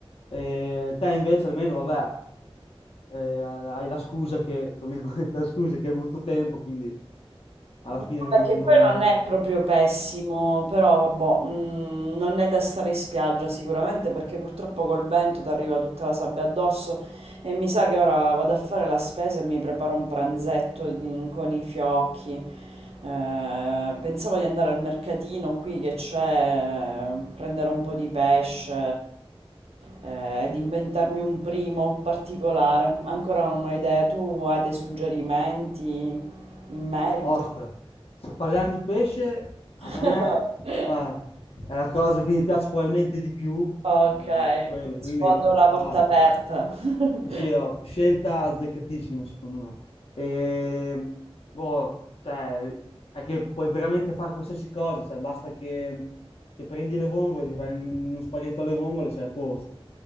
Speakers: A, on the left; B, on the right.
A: Eh, te invece almeno, vabbè, eh, hai la scusa che, tra virgolette, la scusa che hai avuto tempo, quindi alla
B: No,
A: fine non...
B: vabbè, che poi
A: non-
B: non
A: non-
B: è proprio pessimo, però vabbè, mm, non è da stare in spiaggia sicuramente perché purtroppo col vento ti arriva tutta la sabbia addosso e mi sa che ora vado a fare la spesa e mi preparo un pranzetto in- con i fiocchi. Eh, pensavo di andare al mercatino qui che c'è, eh, prendere un po' di pesce, eh, ed inventarmi un primo particolare. Ancora non ho idea, tu hai dei suggerimenti in merito?
A: Ost, se parliamo di pesce, a
B: <laughs>
A: me guarda, è la cosa che mi piace probabilmente di più,
B: Ok,
A: mm, quello, quindi
B: sfondo una porta
A: guarda,
B: aperta. <laughs>
A: Sì, sì, ho- scelta azzeccatissima secondo me. E, boh, cioè, è che puoi veramente fare qualsiasi cosa, cioè, basta che, che prendi le vongole, ti fai uno spaghetto alle vongole, sei a posto.